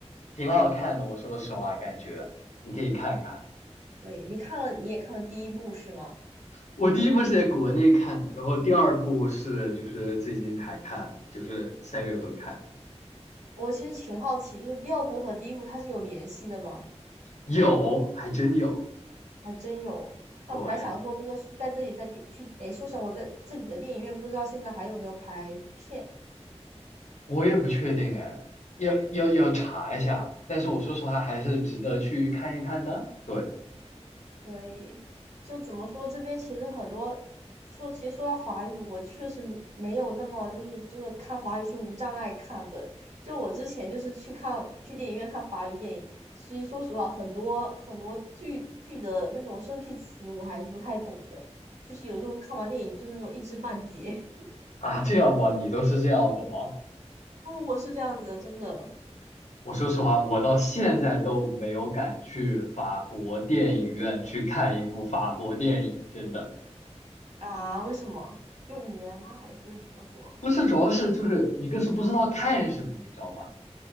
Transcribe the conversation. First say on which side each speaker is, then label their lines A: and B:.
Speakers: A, on the left; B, on the right.
A: 挺好看的，我说实话，感觉你可以看看。
B: 对，你看了你也看了第一部是吗？
A: 我第一部是在国内看的，然后第二部是就是最近才看，就是三月份看，
B: 我其实挺好奇，就是第二部和第一部它是有联系的吗？
A: 有，还真有，
B: 还真有。那我本来想说，
A: 对。
B: 如果是在这里在电去，诶，说实话，我在这里的电影院不知道现在还有没有排片。
A: 我也不确定哎，要要要查一下。但是我说实话，还是值得去看一看的。对
B: 可以，就怎么说，这边其实很多说，其实说到法语，我确实没有那么就是真的看法语是无障碍看的。就我之前就是去看去电影院看法语电影，其实说实话，很多很多剧剧的那种生僻词我还是不太懂的，就是有时候看完电影就是那种一知半解。<laughs>
A: 啊，这样吧，你都是这样的吗？
B: 是的哦，我是这样子的，真的。
A: <laughs> 我说实话，我到现在都没有敢去法国电影院去看一部法国电影，真的
B: 啊？为什么？就语言吗？还是怎么说？
A: 不是，主要是就是一个是不知道看什么，你知道吧？